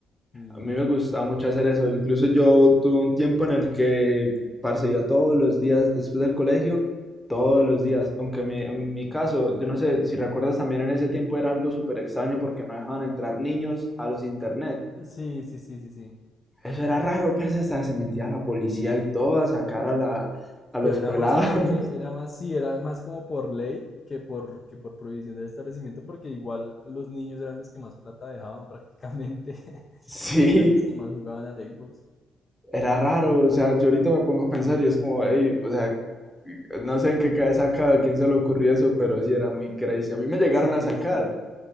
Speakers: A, on the left; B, in the centre.
A: Y
B: A mí me gustaba mucho hacer eso. Incluso yo tuve un tiempo en el que, parce, iba todos los días después del colegio, todos los días. Aunque mi- en mi caso, yo no sé si recuerdas también en ese tiempo era algo súper extraño porque no dejaban entrar niños a los internet.
A: sí, sí, sí, sí, sí.
B: Eso era raro, parce, hasta se metía la policía y todo a sacar a la, a los
A: Pero era
B: pelados.
A: más por
B: <laughs>
A: ley, era más, sí, era más como por ley que por, que por prohibición del establecimiento, porque igual los niños eran los que más plata dejaban prácticamente, <laughs>
B: Sí,
A: porque eran los que más jugaban al Xbox.
B: era raro, o sea, yo ahorita me pongo a pensar y es como, hey, o sea, no sé en qué cabeza cada a quién se le ocurrió eso, pero sí era muy crazy. A mí me llegaron
A: Sí,
B: a sacar
A: sí,